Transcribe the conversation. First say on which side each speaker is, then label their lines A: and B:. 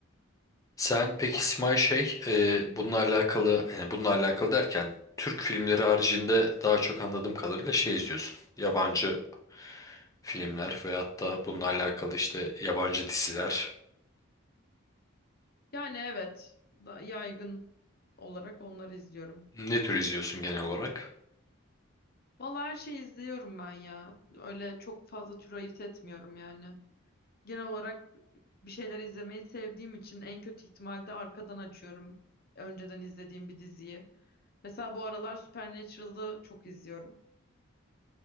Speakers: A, on the left; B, on the left.
A: Sen peki Simay şey e, bununla alakalı yani bununla alakalı derken Türk filmleri haricinde daha çok anladığım kadarıyla şey izliyorsun. Yabancı filmler veyahut da bununla alakalı işte yabancı diziler.
B: Yani evet da yaygın olarak onları izliyorum.
A: Ne tür izliyorsun genel olarak?
B: Valla her şeyi izliyorum ben ya. Öyle çok fazla tür ayırt etmiyorum yani. Genel olarak bir şeyler izlemeyi sevdiğim için en kötü ihtimalde arkadan açıyorum önceden izlediğim bir diziyi. Mesela bu aralar Supernatural'ı çok izliyorum.